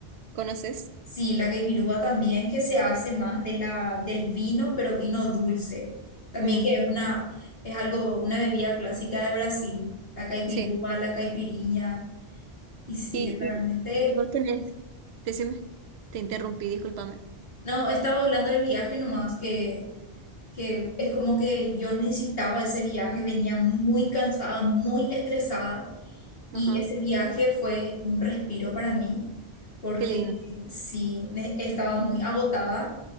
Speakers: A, on the right (about 80°); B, on the left (about 65°).
A: ¿Conoces?
B: Sí, la caipirúa también que se hace más de la, del vino, pero vino dulce. También
A: Mm,
B: que es una, es algo, una bebida clásica de Brasil, la caipirúa,
A: sí.
B: la caipirinha Y sí,
A: Y,
B: realmente,
A: y, y vos tenés, decime, te interrumpí, discúlpame.
B: no, estaba hablando del viaje nomás que que es como que yo necesitaba ese viaje, venía muy cansada, muy estresada y
A: Ajá,
B: ese viaje fue un respiro para mí porque
A: qué lindo.
B: sí, ne- estaba muy agotada